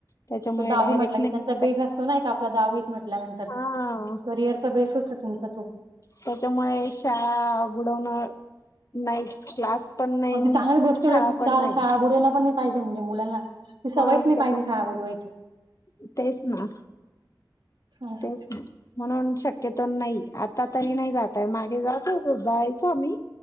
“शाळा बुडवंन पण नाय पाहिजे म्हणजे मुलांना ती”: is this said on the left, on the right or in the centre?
Right